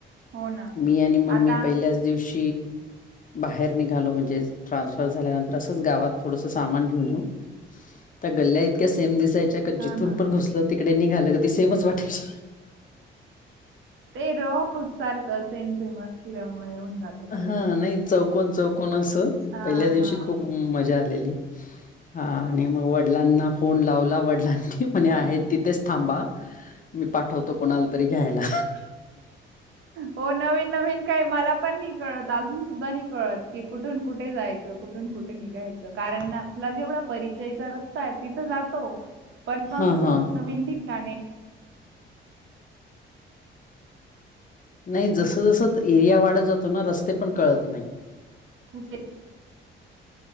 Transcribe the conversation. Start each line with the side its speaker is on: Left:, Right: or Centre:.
Right: हो ना
Left: मी आणि मम्मी
Right: आता
Left: पहिल्याच दिवश बाहेर निघालो म्हणजे ट्रान्सफर झाल्यानंतर असंच गावात थोडस सामान घेऊन ये. त्या गल्ल्या इतक्या सेम दिसायच्या का
Right: हा
Left: जिथून
Right: ना
Left: पण घुसलं तिकडे निघालं क ती सेमच वाटायची.
Right: ते रोज सारखं सेम सेम असल्यामुळे होऊन जात. काही
Left: हा
Right: वेळ
Left: नाही चौकन चौकन अस
Right: हा
Left: पहिल्या दिवशी
Right: हा
Left: खूप मजा आलेली. हा आणि मग वडिलांना फोन लावला वडिलांनी म्हणे आहे तिथेच थांबा. मी पाठवतो कोणाला तरी घ्यायला.
Right: ह. हो नवीन नवीन काही मला पण नाही कळत अजून सुद्धा नाही कळत की कुठून कुठे जायच. कुठून कुठे निघायचं कारण ना तुला जेवढा परिचयचा रस्ता आहे तिथं जातो. पण मग
Left: हा
Right: कसं
Left: हा
Right: नवीन दििकाणे.
Left: नाही जस जसं एरिया वाढत जातो ना रस्ते पण कळत नाही.
Right: <unintelligible>